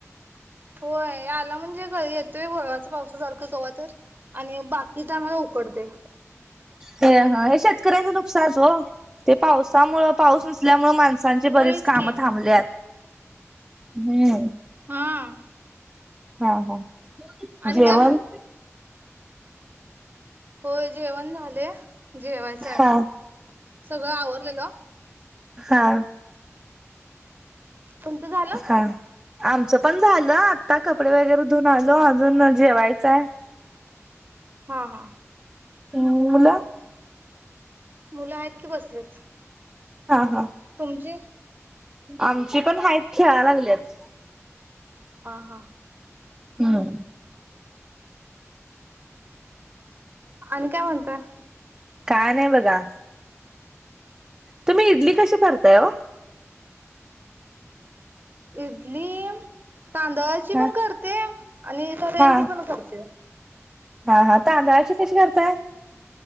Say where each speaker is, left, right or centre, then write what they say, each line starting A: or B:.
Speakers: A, on the right; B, on the right.
A: होय आ आला म्हणजे कधी येतोय वळवाच्या पावसासारखं कवा तर आणि बाकी टायमला उकडतंय.
B: ते हा हे शेतकऱ्यांचं नुकसानच ओ ते पावसामुळं पाऊस नसल्यामुळे माणसांचे
A: होयच
B: बरेच काम
A: की
B: थांबल्यात हं.
A: हां.
B: हा हा
A: आणि
B: जेवण?
A: काय मग होय जेवण झालय, जेवायचं अजून,
B: हा
A: सगळं आवरलेलं.
B: हां.
A: तुमचं झालं
B: हां. आमचं पण झालं आत्ता कपडे वगैरे धुन आलो अजून अं जेवायचंय.
A: हां हां.
B: हम्म मुल?
A: मुलं हायत की बसलेत.
B: हा हा.
A: तुमचे?
B: आमची पण हाईत खेळा लागल्यात.
A: हां हां.
B: हम्म.
A: आणि काय म्हणताय?
B: काय नाय बघा, तुम्ही इडली कशी करताय वो?
A: इडली तांदळाची पण
B: हा
A: करतेय आणि रव्यांनचीपण
B: हा
A: करते.
B: हा, हा तांदळाची कशी करताय?